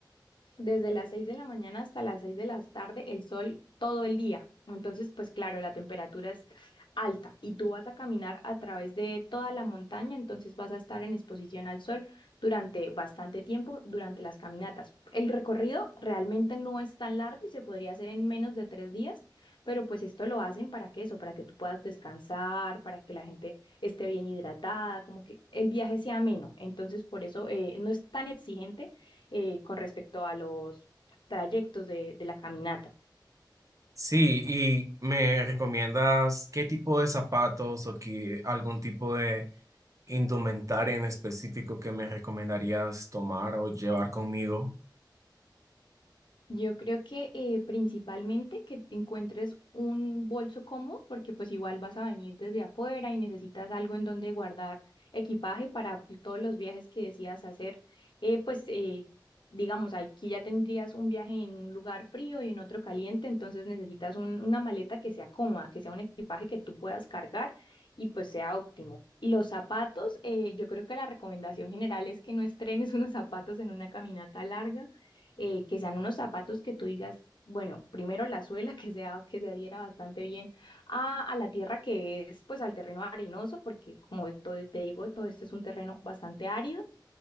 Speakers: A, on the left (about 75°); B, on the right (about 40°).
A: desde las 6 de la mañana hasta las 6 de la tarde el sol todo el día. Entonces, pues claro, la temperatura es alta y tú vas a caminar a través de toda la montaña, entonces vas a estar en exposición al sol durante bastante tiempo, durante las caminatas. El recorrido realmente no es tan largo y se podría hacer en menos de tres días, pero pues esto lo hacen para que eso, para que tú puedas descansar, para que la gente esté bien hidratada, como que el viaje sea ameno. Entonces, por eso eh, no es tan exigente eh, con respecto a los trayectos de, de la caminata.
B: Sí, y me recomiendas qué tipo de zapatos o qué- algún tipo de indumentaria en específico que me recomendarías tomar o llevar conmigo.
A: Yo creo que eh, principalmente que te encuentres un bolso cómodo, porque pues igual vas a venir desde afuera y necesitas algo en donde guardar equipaje para todos los viajes que decidas hacer. Eh, pues eh, digamos, aquí ya tendrías un viaje en un lugar frío y en otro caliente, entonces necesitas un- una maleta que sea cómoda, que sea un equipaje que tú puedas cargar y pues sea óptimo. los zapatos, eh, yo creo que la recomendación general es que no estrenes <laughs> unos zapatos en una caminata larga eh, que sean unos zapatos que tú digas, bueno, primero la suela <laughs> que sea, que se adhiera bastante bien a, a la tierra que es, pues al terreno arenoso, porque como todo- te digo, todo este es un terreno bastante árido,